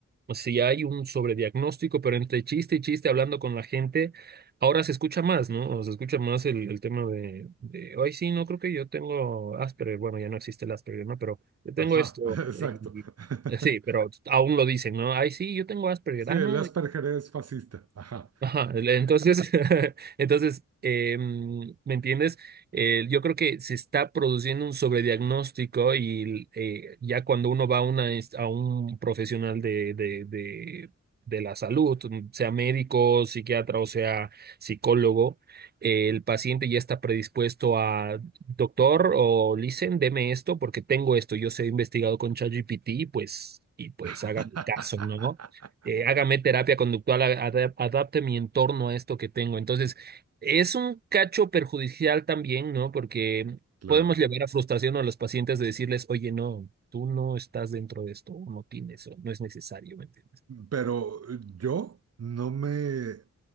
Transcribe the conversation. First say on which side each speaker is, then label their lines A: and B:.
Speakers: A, on the right; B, on the right.
A: o sea, ya hay un sobrediagnóstico, pero entre chiste y chiste hablando con la gente, ahora se escucha más, ¿no? O se escucha más el, el tema de, de, ay, sí, no creo que yo tengo Asperger, bueno, ya no existe el Asperger, ¿no? Pero yo tengo
B: ajá,
A: esto,
B: <laughs> exacto.
A: y, y-
B: <laughs>
A: sí, pero aún lo dicen, ¿no? Ay, sí, yo tengo Asperger,
B: Sí,
A: ah,
B: el
A: no,
B: Asperger es fascista. Ajá.
A: Ajá, le- entonces, <laughs> entonces eh, mm, ¿me entiendes? Eh, yo creo que se está produciendo un sobrediagnóstico y eh, ya cuando uno va a, una, inst- a un profesional de, de, de, de la salud, sea médico, psiquiatra o sea psicólogo, eh, el paciente ya está predispuesto a, doctor o listen, deme esto porque tengo esto, yo sé, he investigado con ChatGPT, pues, y pues
B: <laughs>
A: hágame caso, ¿no? eh, hágame terapia conductual, a- adap- adapte mi entorno a esto que tengo. Entonces, es un cacho perjudicial también, ¿no? Porque
B: Claro.
A: podemos llevar a frustración a los pacientes de decirles, oye, no, tú no estás dentro de esto, o no tienes, o no es necesario, ¿me entiendes?
B: Pero yo no me